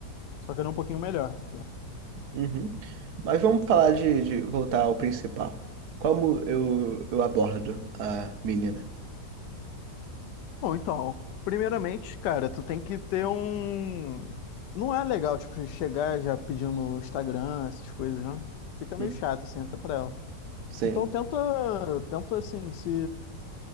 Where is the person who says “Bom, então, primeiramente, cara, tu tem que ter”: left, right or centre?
Left